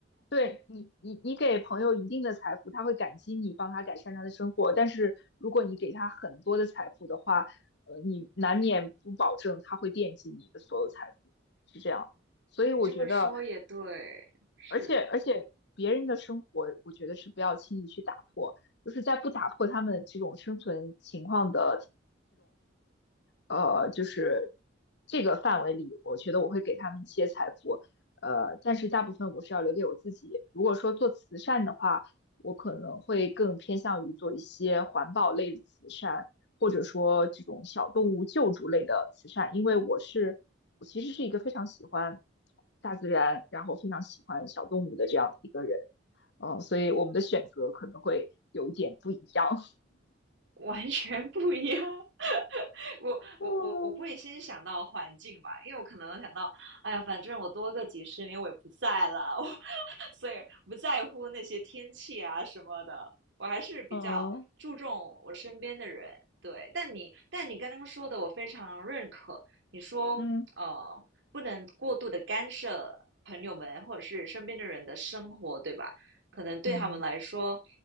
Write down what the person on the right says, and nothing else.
你这么说也对，是
完全不一样。<laughs> 我我我我不会先想到环境吧，
因为我可能想到，哎呀，反正我多个几十年我也不在了，<laughs> 我所以不在乎那些天气啊什么的，我还是比较注重我身边的人。
对，但你但你刚刚说的我非常认可，你说呃不能过度的干涉朋友们或者是身边的人的生活，
对吧？可能对他们来说，